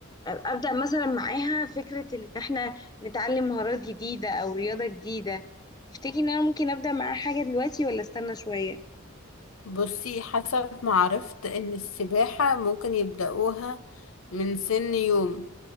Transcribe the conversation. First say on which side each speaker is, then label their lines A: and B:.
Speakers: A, on the left; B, on the left.
A: ابدا مثلا معاها فكره ان احنا نتعلم مهارات جديده او رياضه جديده تفتكري ان انا ممكن ابدا معاها حاجه دلوقتي ولا استنى شويه
B: بصي حسب ما عرفت ان السباحة ممكن يبدأوها من سن يوم